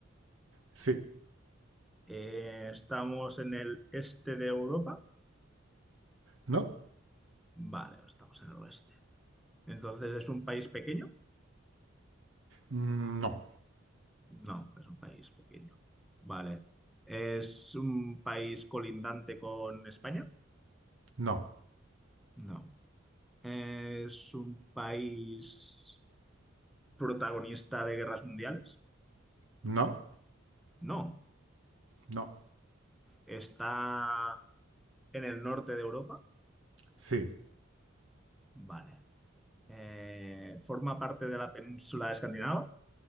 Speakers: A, on the right (about 85°); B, in the centre.
A: sí,
B: Eh, estamos en el este de Europa.
A: no,
B: Vale, estamos en el oeste. Entonces, ¿es un país pequeño?
A: mm, no,
B: No, es un país pequeño. Vale. ¿Es un país colindante con España?
A: no,
B: No. ¿Es un país... protagonista de guerras mundiales?
A: no,
B: No.
A: no,
B: ¿Está en el norte de Europa?
A: sí,
B: Vale. Eh, ¿forma parte de la península de Escandinava?